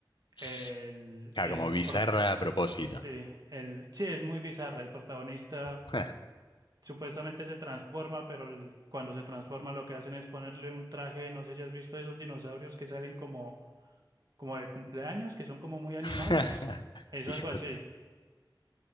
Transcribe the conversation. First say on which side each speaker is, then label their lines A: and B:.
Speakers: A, on the left; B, on the right.
A: Tss,
B: El,
A: ja,
B: el,
A: como bizarra
B: pro-
A: a propósito.
B: sí, el, sí, es muy bizarra. El protagonista
A: <laughs>
B: supuestamente se transforma, pero el- cuando se transforma lo que hacen es ponerle un traje, no sé si has visto esos dinosaurios que salen como, como de cumpleaños, que son como muy animados.
A: <laughs>
B: Es
A: Hijo
B: algo así.
A: de-